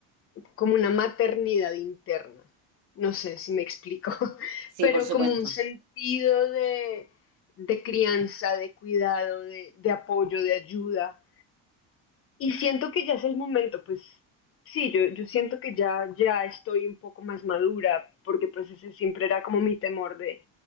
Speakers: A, on the left; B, on the right.
A: como una maternidad interna. No sé si me explico, <laughs>
B: Sí,
A: pero
B: por supuesto.
A: como un sentido de, de crianza, de cuidado, de, de apoyo, de ayuda. Y siento que ya es el momento, pues sí, yo, yo siento que ya, ya estoy un poco más madura, porque pues ese siempre era como mi temor de,